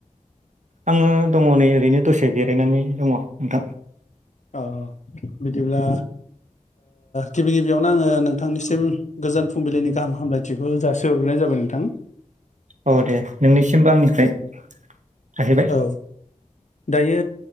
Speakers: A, on the right; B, on the left.
A: आङो दङ नै ओरैनो दसे जिरायनानै दङ नोंथां
B: औ बिदिब्ला गिबि गिबियावनो आङो नोंथांनिसिम गोजोन फुंबिलिनि गाहाम हामलायथिखौ जासिहर्रोनाय जा जाबाय नोंथां
A: औ दे नोंनिसिमबो आंनिफ्राय थाहैबाय
B: औ दायो